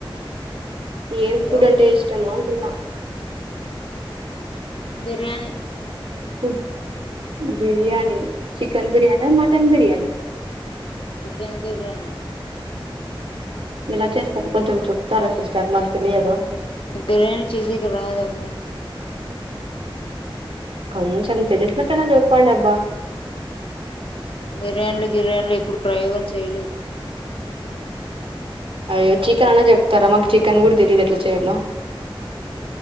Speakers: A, on the right; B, on the left.
A: ఏం
B: హలో
A: ఫుడ్ అంటే ఇష్టమో అంటున్నా
B: బిర్యానీి
A: ఫ బిర్యానీ చి చికన్ బిర్యానా మటన్ బిర్యానా
B: చికెన్ బిర్యానీ
A: ఎలా చేస్తారు కొంచెం చెప్తారా సిస్టర్ మాకు తెలిదు
B: బిర్యానీ చేసక రాదమ్మా
A: కొంచెం తెలిసిన తన చూప్పడి అబ్బా
B: బిర్యానీలు గిర్యానీలు ఎప్పుడు ప్రయోగాలు చేయలేదు
A: అయ్యో చికెన్ అనే చెప్తారా మాకు చికెన్ కూడా తెలీదు ఎట్లా చేయలో